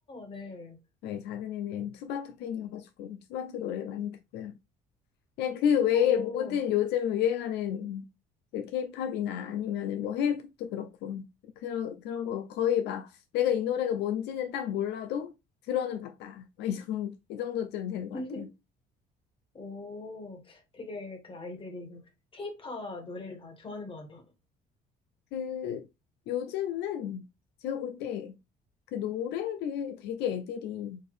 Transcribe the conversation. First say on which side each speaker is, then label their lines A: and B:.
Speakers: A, on the left; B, on the left.
A: 네.
B: 저희 작은 애는 투바투 팬이어가지고 투바투 노래 많이 듣고요. 그냥 그 외에
A: 오,
B: 모든 요즘 유행하는 그 케이팝이나 아니면은 뭐 해외 팝도 그렇고 그런 그런 거 거의 막 내가 이 노래가 뭔지는 딱 몰라도 들어는 봤다. 막 이 정도 이 정도쯤 되는 것
A: <laughs>
B: 같아요.
A: 오, 되게 그 아이들이 그 케이팝 노래를 다 좋아하는 것 같아요.
B: 그 요즘은 제가 볼 때 그 노래를 되게 애들이